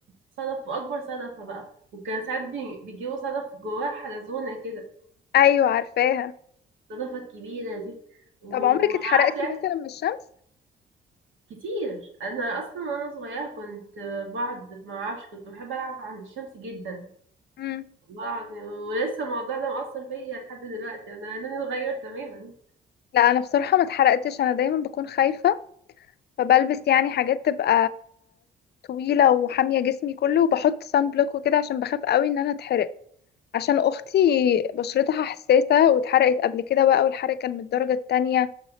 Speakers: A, on the right; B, on the left.
A: صدف واكبر صدفه بقى وكان ساعات بي- بيجيبوا صدف جواها حلزونه كده
B: ايوه عارفاها
A: الصدفه الكبيره دي وما
B: طب عمرك اتحرقتي
A: اعرفش يعني
B: مثلا من الشمس
A: كتير انا اصلا وانا صغيره كنت بعد ما اعرفش كنت بحب العب عند الشمس جدا
B: امم
A: والله العظيم ولسه الموضوع ده مؤثر فيا لحد دلوقتي انا لوني اتغير تماما
B: لا انا بصراحة ما اتحرقتش انا دايما بكون خايفة فبلبس يعني حاجات تبقى طويلة وحامية جسمي كله وبحط صن بلوك وكده عشان بخاف قوي ان انا اتحرق عشان اختي بشرتها حساسه واتحرقت قبل كده بقى والحرق كان من الدرجه التانية